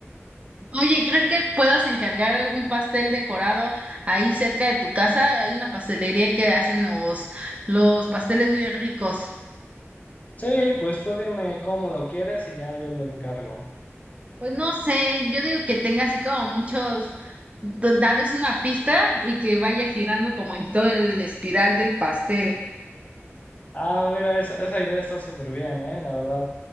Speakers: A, on the right; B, on the left.
A: Oye, ¿crees que puedas encargar un pastel decorado ahí cerca de tu casa? Hay una pastelería que hacen los, los pasteles bien ricos.
B: Sí, pues tú dime cómo lo quieres y ya yo lo encargo.
A: Pues no sé, yo digo que tenga así como muchos, t- tal vez una pista y que vaya girando como en todo el espiral del pastel.
B: Ah, mira, esa, esa idea está súper bien, ¿eh? La verdad.